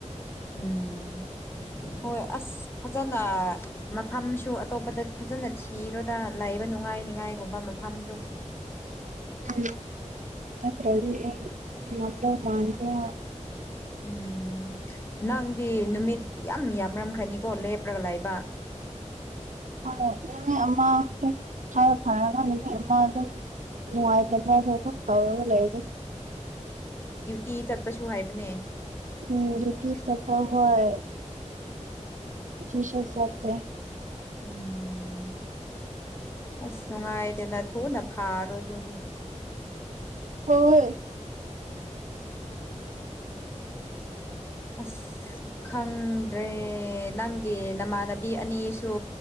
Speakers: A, on the left (about 20°); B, on the right (about 80°).
A: ꯎꯝ ꯍꯣꯏ ꯑꯁ ꯐꯖꯅ ꯃꯐꯝꯁꯨ ꯑꯇꯣꯞꯄꯗ ꯐꯖꯅ ꯊꯤꯔꯣꯗ ꯂꯩꯕ ꯅꯨꯡꯉꯥꯏꯅꯤꯉꯥꯏ ꯀꯩꯒꯨꯝꯕ ꯃꯐꯝꯗꯣ
B: ꯑꯝ ꯅꯠꯇ꯭ꯔꯗꯤ ꯑꯩ ꯉꯝꯗꯧ ꯃꯥꯟꯗ꯭ꯔꯦꯕ
A: ꯎꯝ ꯅꯪꯗꯤ ꯅꯨꯃꯤꯠ ꯌꯥꯝ ꯌꯥꯝꯔꯝꯈ꯭ꯔꯅꯤꯀꯣ ꯂꯦꯞꯔꯒ ꯂꯩꯕ
B: ꯍꯣꯢ ꯅꯨꯃꯤꯠ ꯑꯃ ꯍꯦꯛ ꯈꯔ ꯐꯔꯒ ꯅꯨꯃꯤꯠ ꯑꯃ ꯑꯗꯨꯝ ꯅꯨꯉꯥꯢꯇ ꯃꯥꯁꯨ ꯑꯗꯨꯝ ꯇꯧꯔꯒ ꯂꯩꯔꯦ
A: ꯇꯤ ꯆꯠꯄꯁꯨ ꯍꯥꯏꯕꯅꯦ
B: ꯑꯝ ꯗꯨꯇꯤ ꯆꯠꯄꯍꯣꯢ ꯉꯁꯤꯁꯨ ꯆꯠꯇꯦ
A: ꯎꯝ ꯑꯁ ꯅꯨꯡꯉꯥꯏꯗꯦꯗ ꯊꯨꯅ ꯐꯥꯔꯣ ꯑꯗꯨꯗꯤ
B: ꯍꯣꯏ ꯍꯣꯏ
A: ꯑꯁ ꯈꯪꯗ꯭ꯔꯦ ꯅꯪꯒꯤ ꯅꯃꯥꯟꯅꯕꯤ ꯄꯤ ꯑꯅꯤꯁꯨ